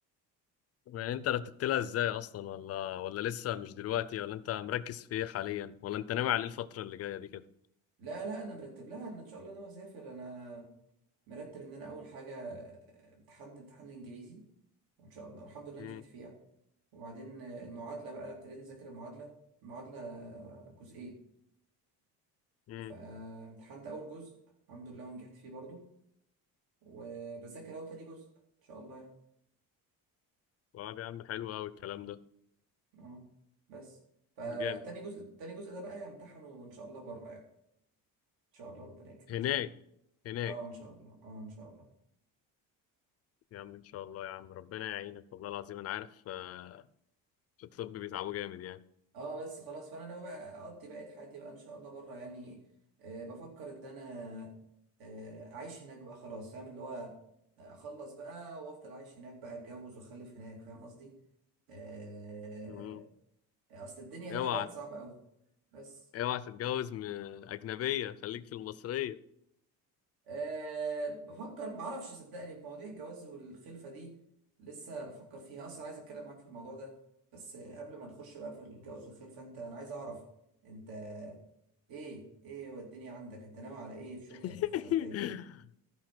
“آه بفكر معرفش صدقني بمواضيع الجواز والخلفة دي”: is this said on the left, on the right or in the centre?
Right